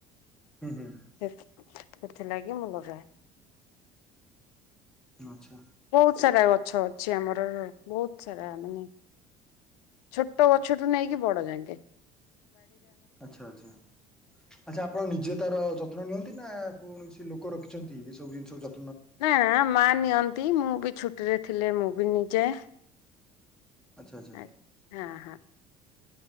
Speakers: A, in the centre; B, on the left.
A: ହୁଁ ହୁଁ।
B: ସେ ସେଥିଲାଗି ମୁଁ ଲଗାଏ।
A: ଆଚ୍ଛା
B: ବହୁତ ସାରା ଗଛ ଅଛି ଆମର ବହୁତ ସାରା ମାନେ। ଛୋଟ ଗଛଠୁ ନେଇକି ବଡ ଜାଙ୍କେ।
A: ଆଚ୍ଛା ଆଚ୍ଛା ଆଚ୍ଛା ଆପଣ ନିଜେ ତାର ଯତ୍ନ ନିଅନ୍ତି ନା କୌଣସି ଲୋକ ରଖିଛନ୍ତି ଏ ସବୁ ଜିନିଷ ଜ
B: ନା ନା ମା ନିଅନ୍ତି ମୁଁ ବି ଛୁଟିରେ ଥିଲେ ମୁଁ ବି ନେଇଯାଏ।
A: ଆଛା ଆଚ୍ଛା।
B: ହଁ ହଁ